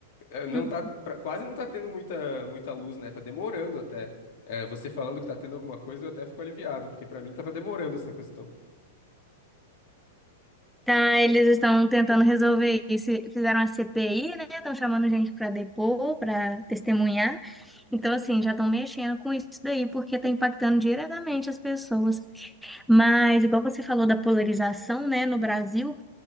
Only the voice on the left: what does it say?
eh, não
tá, pra- quase não tá tendo muita, muita luz, né? Tá demorando até. Eh, você falando que tá tendo alguma coisa, eu até fico aliviado, porque para mim tava demorando essa questão.